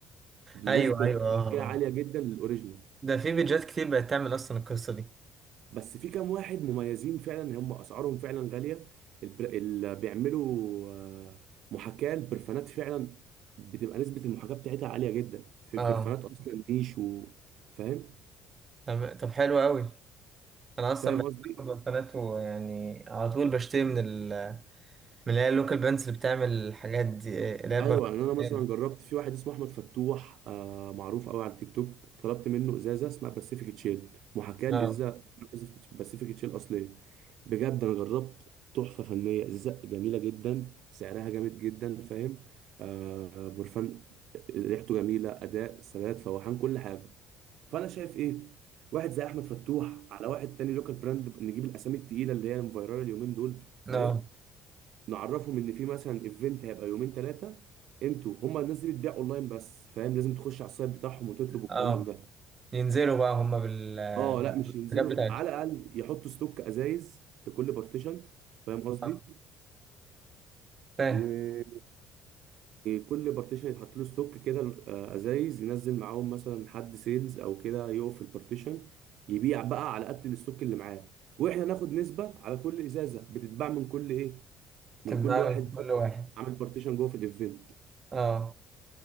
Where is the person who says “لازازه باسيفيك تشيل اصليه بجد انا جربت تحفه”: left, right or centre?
Right